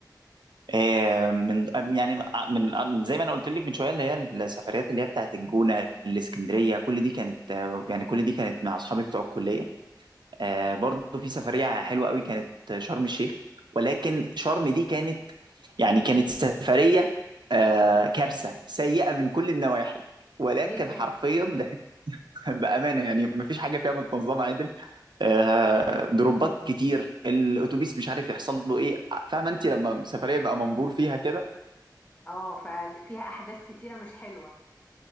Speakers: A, on the right; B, on the left.
A: آه، من يعني آه، من آه، من- زي ما انا قلت لك من شويه اللي هي السفريات اللي هي بتاعت الجونه الاسكندريه كل دي كانت آه، يعني كل دي كانت مع اصحابي بتوع الكليه آه، برضه في سفريه حلوه قوي كانت شرم الشيخ ولكن شرم دي كانت يعني كانت سفريه آه، كارثه سيئه من كل النواحي ولكن
B: ليه كده
A: حرفيا ده <laughs> بامانه يعني مفيش حاجه فيها متنظمه عدل آه، دروبات كتير الاتوبيس مش عارف يحصل له ايه فاهمه انت لما سفريه بقى منبور فيها كده
B: اه ففيها احداث كتيرة مش حلوة